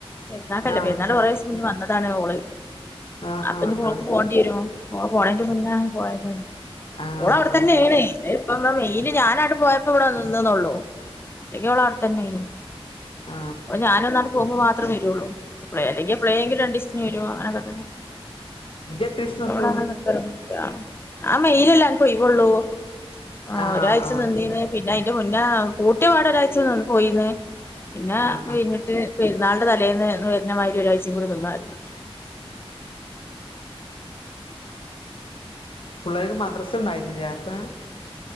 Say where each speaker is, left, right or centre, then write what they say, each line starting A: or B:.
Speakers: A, on the left; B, on the left.
A: പെരുന്നാൾക്ക് അല്ല
B: ആഹ്
A: പെരുന്നാളിന് കുറെ ദിസം മുന്നേ വന്നതാണ് ഓള്
B: ആഹ്
A: അപ്പൊക്ക്
B: ആഹ് ആഹ്
A: പോകേണ്ടി വരുമോ മോള് പോണെന്റെ മുന്നേ പോയത്
B: ആഹ്
A: ഓളവിടെത്തന്നേണ്
B: ആഹ്
A: ഇപ്പ മെയില് ഞാനങ്ങോട് പോയപ്പോ ഇവിടെ വന്നു നിന്നന്നേള്ളു. അല്ലെങ്കി അവളവിടെ തന്നെ ആയിനു
B: ആ
A: ഓള് ഞാനൊന്നങ്ങട് പോകുമ്പോ മാത്രേ വരുള്ളൂ എപ്ലെ അല്ലെങ്കിപ്ലെങ്കിലു രണ്ടീസത്തിനു വരും അങ്ങനൊക്കെത്തന്നേ.
B: ഇജ്ജ് എത്രീസം നിക്കും
A: ഇവിടങ്ങനെ നിക്കലൊന്നുവില്ല ആ മെയിലല്ലേ എന്കൊയിവൊള്ളൂ. ആ
B: ആഹ്
A: ഒരാഴ്ച
B: ആഹ്
A: നിന്നീനെ പി അതിന്റെ മുന്നേ കൂട്ടിയപാടൊരാഴ്ചനിന്ന് പോയിന്ന് പിന്നെ
B: ആഹ്
A: അത്കഴിഞ്ഞിട്ട്
B: ആഹ്
A: പിറന്നാളുടെ തലേന്ന് അന്നുവരുന്നമാതിരി ഒരാഴ്ചയും കൂടി നിന്നായിരുന്നു.
B: പിള്ളേർക്ക് മദ്രസ ഉണ്ടായിരുന്നില്ല പ്പ?